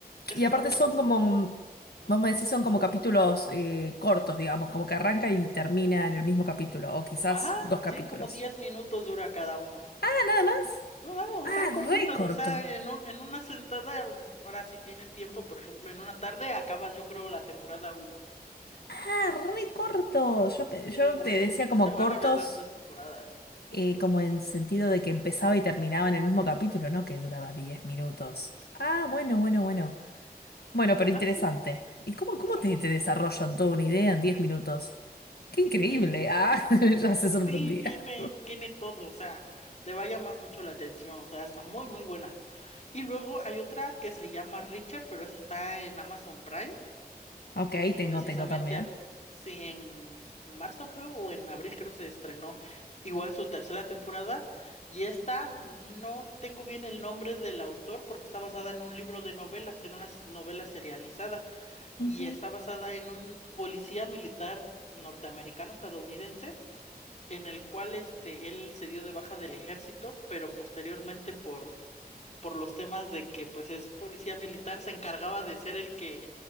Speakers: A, on the left; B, on the left.
A: esa
B: y
A: está
B: aparte
A: muy,
B: son
A: muy
B: como,
A: buena.
B: vamos a decir son como capítulos eh, cortos, digamos, como que arranca y termina en el mismo capítulo, o
A: Como,
B: quizás
A: ajá,
B: dos capítulos.
A: sí, como 10 minutos dura cada uno.
B: Ah, nada más.
A: No, no,
B: Ah,
A: están cortitos,
B: re corto.
A: o sea, en un, en una sentada, ahora si tienes tiempo, por ejemplo, en una tarde acabas yo creo la temporada uno
B: Ah, re corto. Yo, pe-
A: Sí,
B: yo
A: o
B: te
A: en
B: decía
A: un fin
B: como
A: de semana
B: cortos,
A: ves las tres temporadas.
B: eh, como en sentido de que empezaba y terminaba en el mismo capítulo, ¿no? Que duraba 10 minutos. Ah, bueno, bueno, bueno. Bueno, pero
A: Ajá,
B: interesante.
A: sí,
B: ¿Y cómo, cómo
A: está
B: te,
A: muy...
B: te
A: bien.
B: desarrollan toda una idea en 10 minutos? ¡Qué increíble!
A: es-
B: Ah, <laughs> ya se sorprendía.
A: sí, tiene, tiene todo, o sea, te va a llamar mucho la atención, o sea, está muy, muy buena. Y luego hay otra que se llama Richard, pero esa está en Amazon Prime.
B: Ok, tengo,
A: Precisamente,
B: tengo también.
A: ap- sí, en, en marzo creo, o en abril creo se estrenó igual su tercera temporada. Y esta no tengo bien el nombre del autor porque está basada en un libro de novelas, en una s- novela serializada. Y
B: Ujú.
A: está basada en un policía militar norteamericano estadounidense, en el cual este, él se dio de baja del ejército, pero posteriormente por, por los temas de que pues es policía militar, se encargaba de ser el que